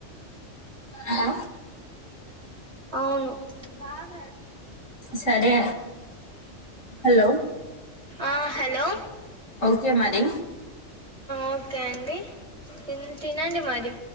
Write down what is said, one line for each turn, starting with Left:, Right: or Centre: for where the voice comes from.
Left: హ
Right: అవును బాబ
Left: సరే హలో
Right: ఆ హలో
Left: ఓకే మరి
Right: ఓకే అండి త తినండి మరి